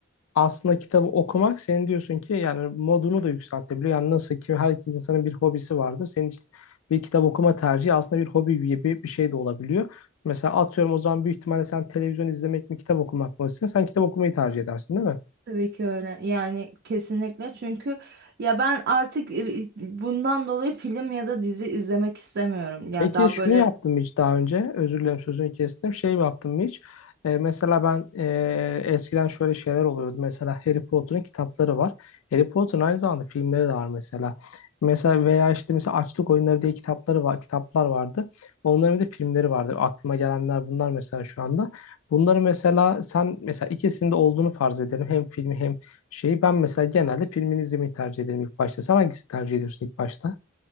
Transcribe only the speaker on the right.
Tabii ki öyle. Yani kesinlikle çünkü ya ben artık e, bundan dolayı film ya da dizi izlemek istemiyorum. Yani
daha
böyle